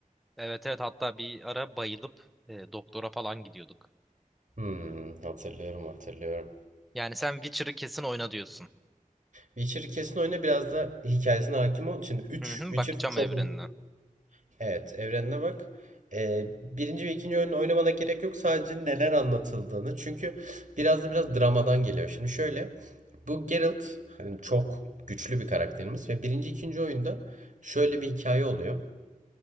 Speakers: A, in the centre; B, on the right.
A: Evet evet hatta bir ara bayılıp e, doktora falan gidiyorduk.
B: Hmm, hatırlıyorum hatırlıyorum.
A: Yani sen Witcher'ı kesin oyna diyorsun.
B: Witcher'ı kesin oyna biraz da hikayesine hakim ol. Şimdi 3
A: Hı hı,
B: Witcher
A: bakacağım
B: çok
A: evrenine.
B: büyük. Evet evrenine bak. Ee, birinci ve ikinci oyunu oynamana gerek yok. Sadece neler anlatıldığını. Çünkü biraz da biraz dramadan geliyor. Şimdi şöyle. Bu Geralt hani çok güçlü bir karakterimiz. Ve birinci ikinci oyunda şöyle bir hikaye oluyor.